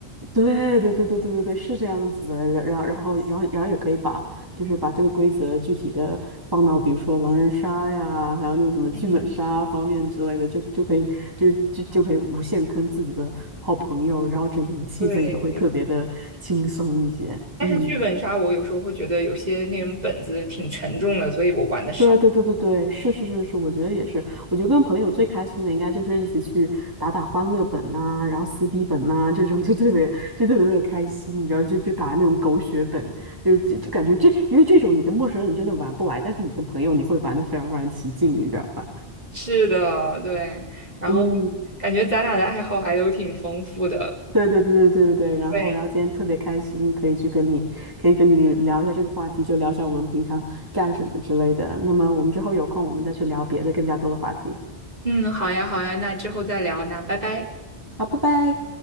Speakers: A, on the right; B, on the right.
A: 对对对对对对对，是这样子的。然然后然后然后然后也可以把就是把这个规则具体的放到比如说狼人杀呀，还有那种什么剧本杀方面之类的，
B: 嗯，
A: 就就可以就就就可以无限坑自己的好朋友，然后整体的气氛也会特别的轻松一些。
B: 对，但是剧本杀我有时候会觉得有些那种本子挺沉重的，
A: 嗯。
B: 所以我玩的少。
A: 对对对对对，是是是是，我觉得也是。我觉得跟朋友最开心的应该就是一起去打打欢乐本呐、然后撕逼本呐、这种就特别就特别特别开心，你知道，就就打那种狗血本，就是就就感觉这因为这种你跟陌生人真的玩不来，但是你跟朋友你会玩的非常非常起劲，你知道吧？
B: 是的，对，然后
A: 嗯，
B: 感觉咱俩的爱好还都挺丰富的。
A: 对对对对对对对。然后然后今天特别开心，
B: 对，
A: 可以去跟你可以跟你聊一下这个话题，就聊一下我们平常干什么之类的。那么我们之后有空我们再去聊别的更加多的话题。
B: 嗯，好呀，好呀，那之后再聊，那拜拜。
A: 好，拜拜。